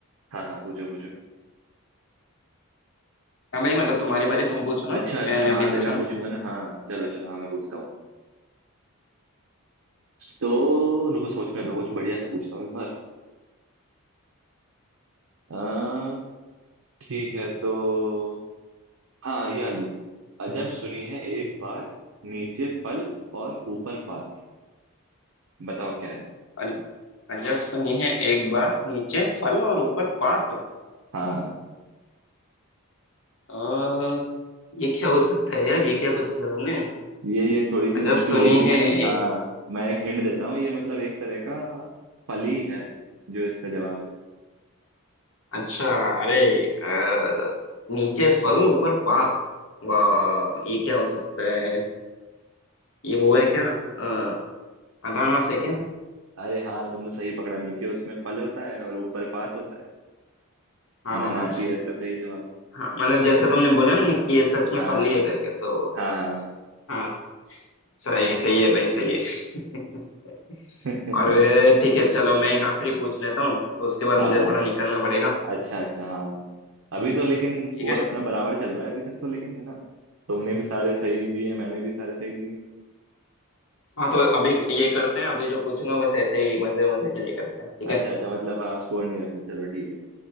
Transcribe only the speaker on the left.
हाँ भाई मतलब तुम्हारी बारी तुम पूछो ना
मैंने
अभी
पूछा
ना
अज- अजब सुनी है एक बात नीचे फल और ऊपर पात
आ, ये क्या हो सकता है यार ये क्या पूछ लिया तुमने
अजब
सुनी
है
एक
अच्छा अरे अ, नीचे फल ऊपर पात वाह ये क्या हो सकता है ये वो है क्या अ, अनानास है क्या
हाँ
हाँ मतलब जैसे तुमने बोला ना कि ये सच में
फली है करके तो
हाँ सही सही है भाई सही है <laughs>
और वे- ठीक है चलो मैं एक आखिरी पूछ लेता हूँ तो उसके बाद
मुझे
थोड़ा निकलना पड़ेगा
ठीक है
हाँ तो अभी ये करते हैं अभी जो पूछूंगा बस ऐसे ही मजे मजे के लिए करते हैं ठीक
है